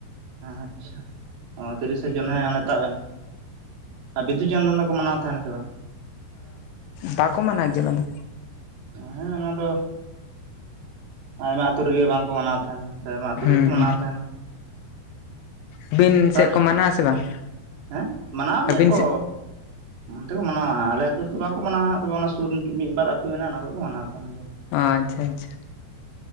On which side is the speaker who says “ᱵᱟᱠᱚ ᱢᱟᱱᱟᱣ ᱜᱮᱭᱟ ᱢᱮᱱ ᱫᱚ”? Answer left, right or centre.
Left